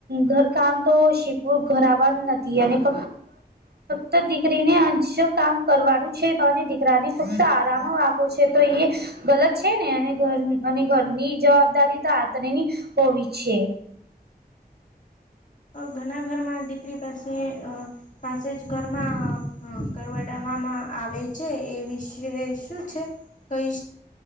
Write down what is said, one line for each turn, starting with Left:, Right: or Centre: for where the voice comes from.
Right: ઘર કામ તો શીખવું ઘરવાનું નથી અનેક્ તો દીકરીને જો કામ કરવાડું છે તો અને દીકરાને ફક્ત આરામ આપો છે તો એ ગલત છે ને અને ઘર અને ઘરની જવાબદારી તો આંતરેની હોવી જ છે
Left: ઘણા ઘરમાં દીકરી પાસે પાસે જ ઘરમાં કરવા વામાં આવે છે એ વિશે શું છે કઈ